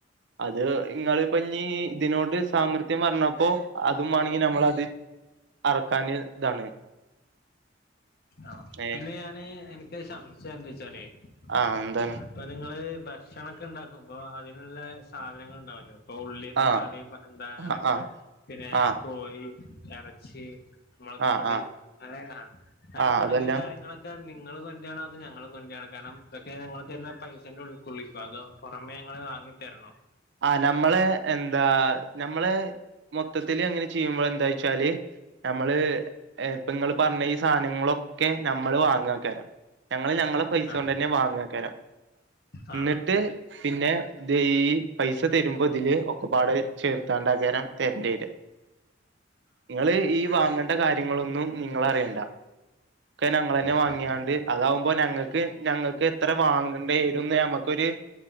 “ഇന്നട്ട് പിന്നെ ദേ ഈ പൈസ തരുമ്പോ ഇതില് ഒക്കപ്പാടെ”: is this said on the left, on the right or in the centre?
Right